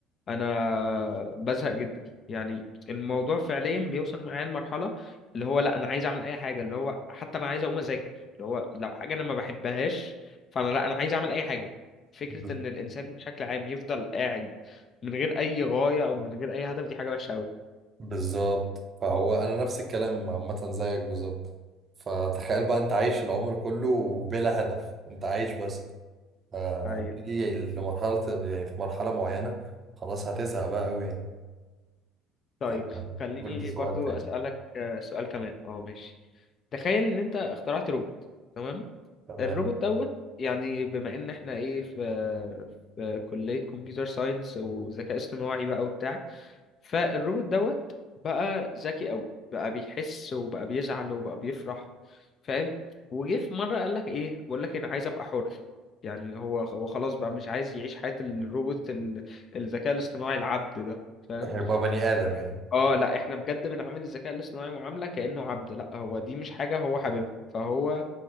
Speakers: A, on the left; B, on the right.
A: انا بزهق جدا يعني الموضوع فعليا بيوصل معايا لمرحله اللي هو لا انا عايز اعمل اي حاجه اللي هو حتى انا عايز اقوم اذاكر اللي هو لو حاجه انا ما بحبهاش فانا لا انا عايز اعمل اي حاجه فكره
B: ب-
A: ان الانسان بشكل عام يفضل قاعد من غير اي غايه او من غير اي هدف دي حاجه وحشه قوي
B: بالظبط فهو أنا نفس الكلام عامة زيك بالظبط فتخيل بقى أنت عايش العمر كله بلا هدف أنت عايش بس فهتيجي
A: طيب
B: لمرحلة يعني في مرحلة معينة خلاص هتزهق بقى أوي يعني
A: طيب
B: تعال،
A: خليني
B: قول لي سؤال
A: برضو
B: تاني
A: اسالك آه، سؤال كمان اه ماشي تخيل ان انت اخترعت روبوت تمام
B: تمام
A: الروبوت دوت يعني بما ان احنا ايه في في كلية كمبيوتر ساينس وذكاء اصطناعي بقى وبتاع فالروبوت دوت بقى ذكي قوي بقى بيحس وبقى بيزعل وبقى بيفرح فاهم وجه في مرة قال لك ايه بقول لك انا عايز ابقى حر يعني هو هو خلاص بقى مش عايز يعيش حياة الروبوت ال- الذكاء الاصطناعي العبد ده فاهم
B: هيبقى بني آدم يعني
A: اه لا احنا بجد بنعامل الذكاء الاصطناعي معاملة كأنه عبد لا هو دي مش حاجة هو حاببها فهو